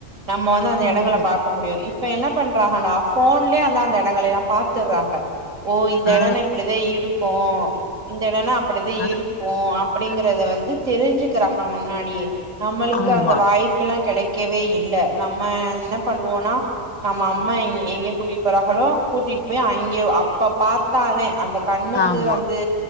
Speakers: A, on the right; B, on the left.
A: நம்ம வந்து அந்த
B: ம்
A: இடங்களை பாக்க முடியும் இப் இப்ப என்ன பண்றாகனா போன்லயே அந்தாந்த எடங்கள்லெல்லா பாத்துறாங்க ஓ இந்த
B: ஆ
A: எடன்னா இப்டிதா இருக்கு இந்த எடன்னா அப்டிதா
B: ஆ
A: இருக்கு அப் அப்டிங்கிறத வந்து தெரிஞ்சிக்கிறாங்க முன்னாடியே நம்ளுக்கு
B: ஆமா
A: அந்த வாய்ப்பு புல்லா கெடைக்கவே இல்ல நம்ம என்ன பண்ணுவோம்னா நம்ம அம்மா எங் எங்க கூட்டிட்டு போறாகளோ கூட்டிட்டு பேய் அங்கேயே அப் அப்ப பாத்தாதே அந்த கண்ணுக்கு
B: ஆமா
A: வந்து